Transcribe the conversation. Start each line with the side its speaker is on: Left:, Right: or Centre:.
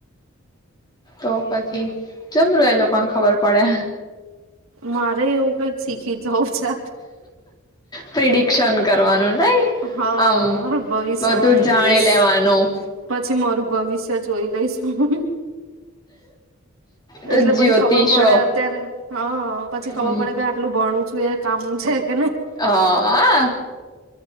Left: તો પછી જબરુ એ લોકોને ખબર પડે.
Right: મારે એવું કઈક શીખી જવું. છે
Left: પ્રિડિકશન કરવાનું. નઈ
Right: હા
Left: આમ
Right: ભવિષ્યવાણી
Left: બધું જાણી
Right: જોઈશ
Left: લેવાનું
Right: પછી મારું ભવિષ્ય જોઈ લઈશું
Left: તો
Right: એટલે પછી
Left: જ્યોતિષો
Right: ખબર પડે અત્યારે હા પછી
Left: હ
Right: ખબર પડે કે આટલું ભણું છું. તુંએ કામનું છે નય.
Left: હા